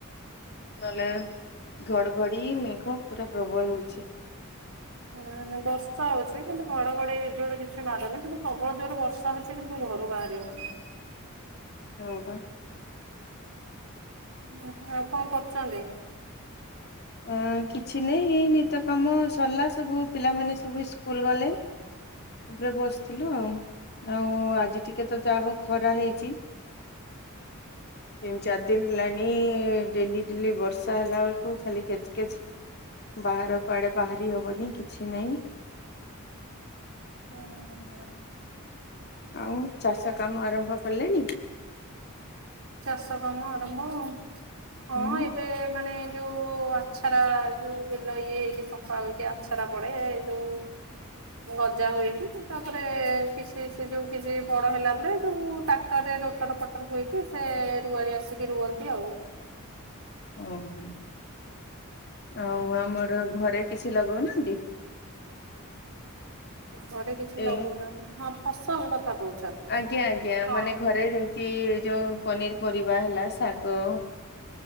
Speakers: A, on the left; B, on the right.
A: ନହେଲେ ଘଡଘଡି ମେଘ ପୁରା ପ୍ରବଳ ହଉଛି।
B: ହୁଁ ବର୍ଷା ହଉଛି କିନ୍ତୁ ଘଡଘଡେଇ ବିଜୁଳି କିଛି ମାରୁନି କିନ୍ତୁ ପ୍ରବଳ ଜୋରେ ବର୍ଷା ଛି କିନ୍ତୁ ଘରୁ ବାହାରି ହଉନି।
A: ହଁ ପା।
B: ଆଉ କଣ କରୁଛନ୍ତି?
A: ଅ କିଛି ନାହିଁ ହେଇନି ତ କାମ ସରିଲା ସବୁ ପିଲାମାନେ ସବୁ ସ୍କୁଲ ଗଲେ ଏବେ ବସିଥିଲୁ ଆଉ ଆଉ ଆଜି ଟିକେ ତ ଯାହା ହଉ ଖରା ହେଇଛି। ତିନି ଚାରି ଦିନ ହେଲାଣି ଡେଲି ଡେଲି ବର୍ଷା ହେଲା ବେଳକୁ ଖାଲି କେଚ୍ କେଚ ବାହାର କୁଆଡେ ବାହାରି ହବନି କିଛି ନାହିଁ
B: ହୁଁ ହୁଁ।
A: ଆଉ ଚାଷ କାମ ଆରମ୍ଭ କଲେଣି?
B: ଚାଷ କାମ ଆରମ୍ଭ ହଁ
A: ହୁଁ।
B: ଏବେ ଏବେ ମାନେ ଯୋଉ ଆଛାରା ଯୋଉ ବିଲ ଇଏ ହେଇକି ସଫା ହେକି ଛରା ପଡେ ଯୋଉ ଗଜା ହୁଏକି ତାପରେ କିଛି ସେ ଯୋଉ କିଛି ବଡ ହେଲା ପରେ ଯୋଉ ଟରେ ରୋଟର ପଟର ହୁଇକି ସେ ରୁଆଳି ଆସିକି ରୁହନ୍ତି ଆଉ।
A: ଓହୋ ଆଉ ଆମର ଘରେ କିଛି ଲଗଉନାହାନ୍ତି?
B: ଘରେ କିଛି
A: ଏ
B: ଲଗଉନାହାନ୍ତି ହଁ ଫସଲ କଥା କହୁଛନ୍ତି।
A: ଆଜ୍ଞା ଆଜ୍ଞା
B: ହଁ।
A: ମାନେ ଘରେ ଯେମିତି ଯୋଉ ପନିର ପରିବା ହେଲା ଶାଗ।